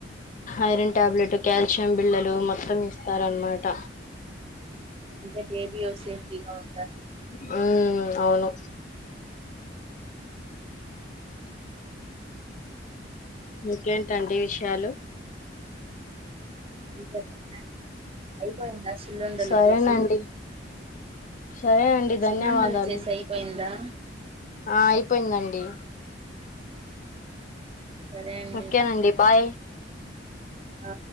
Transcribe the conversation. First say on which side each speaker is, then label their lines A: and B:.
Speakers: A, on the left (about 45°); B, on the right (about 30°).
A: ఐరన్ ట్యాబ్లెట్ కాల్షియం బిళ్లలు మొత్తం ఇస్త స్తార అనమాట
B: అంతే బేబీ సేఫ్టీగా ఉ
A: హ్మ్ అవును ఇంకేంటండి విషయాలు
B: అ చెప్పండి అండి అయిపోయిందస చిల్లుండలు
A: సరేనండి
B: చేసి
A: సరే అండి
B: సుల్లుండలు
A: ధన్యవాదాలు
B: చేసి అయిపోయిందా
A: ఆ అయిపోయిందండి
B: సరే అండి
A: ఓకేనండి బాయ్
B: ఆ